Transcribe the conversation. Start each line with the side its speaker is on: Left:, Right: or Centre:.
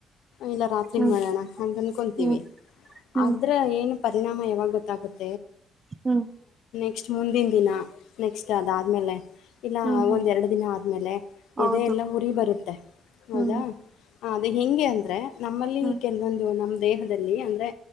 Left: ಇಲ್ಲ ರಾತ್ರಿಗ್
Right: ಹ್ಮ್
Left: ಮಾಡೋಣ ಅಂತ ಅನ್ಕೊಂತೀವಿ
Right: ಹ್ಮ್ ಹ್ಮ್
Left: ಆದದ್ರ ಏನು ಪರಿಣಾಮ ಯಾವಾಗ ಗೊತ್ತಾಗುತ್ತೆ
Right: ಹ್ಮ
Left: ನೆಕ್ಸ್ಟ್ ಮುಂದಿನ ದಿನ ನೆಕ್ಸ್ಟ್ ಅದಾದ್ಮೇಲೆ ಇಲ್ಲ
Right: ಹ್ಮ್ ಹ್ಮ್
Left: ಒಂದ್ ಎರಡು ದಿನ ಆದ್ಮೇಲೆ
Right: ಹೌದು
Left: ಎದೆ ಎಲ್ಲ ಉರಿ ಬರುತ್ತೆ ಹೌದಾ
Right: ಹ್ಮ್
Left: ಅದು ಹೆಗೆ ಅಂದ್ರೆ ನಮ್ಮಲ್ಲಿ
Right: ಹ್ಮ್
Left: ಕೆಲವೊಂದು ನಮ ದೇಹದಲ್ಲಿ ಅಂದರೆ